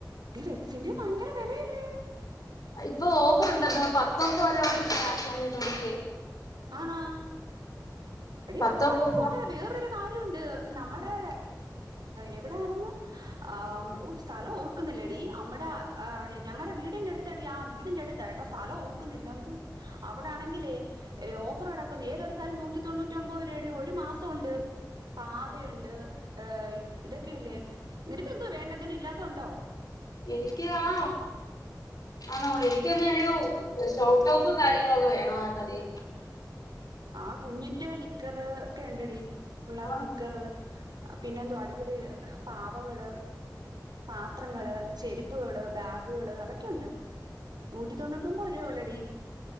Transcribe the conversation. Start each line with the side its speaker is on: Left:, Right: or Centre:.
Right: ഈ വക്സിന്റെ ഭങ്കര വിലല്ലേ
Left: ഇപ്പൊ ഓഫർ ഉണ്ടല്ലോ പത്തൊമ്പ വരോട്ട് സ്റ്റാർട്ട് ചെയ തോന്നിക്കേ
Right: ആണാ എടീ
Left: പത്തൊമ്പത്
Right: അത് പറയാൻ പോട്ടെ
Left: രൂപ
Right: വേറൊരു കാര്യണ്ട് നമ്മടെ എവിടാരുന്നു ആ സ്ഥലം ഓർക്കുന്നില്ലടി അമ്മടെ ഞങ്ങടെ വീടിന്റെ അടുത്തടി ആ വീടിന്റെ അടുത്തായിട്ടാ സ്ഥലം ഓർക്കുന്നില്ല എന്തുവാ അവിടാണെങ്കിലേ ഓഫറടക്കുന്നു ഏതെടുത്താലും നൂറ്റി തൊണ്ണൂ റ്റമ്പത് രൂപേടി ഒരു മാസൊണ്ട് പാതയുണ്ട് ഏ ഇതൊക്കെ ഇല്ലേ നിനക്കെന്തോ വേണ്ടന്തേലും ഇല്ലാത്തോണ്ടോ
Left: എനിക്ക് ആ ആണോ എനിക്ക തന്നെ ഒരു ഷോട്ടോപ്പും കാര്യങ്ങളും ഒക്കെ വേണമായിരുന്നടി
Right: ആ കുഞ്ഞിന്റെ നിക്കർ ക്കെ ണ്ടടി പിള്ളാർട
Left: ആഹ്
Right: നിക്കറ് പിന്നെന്തോ അടിപൊളി പാവകള് പാത്രങ്ങള് ചെരുപ്പുകള് ബാഗുകള് അതൊക്കെയുണ്ട് നൂറ്റി തൊണ്ണൂറ്റൊമ്പത് രൂപേ ഒള്ളടി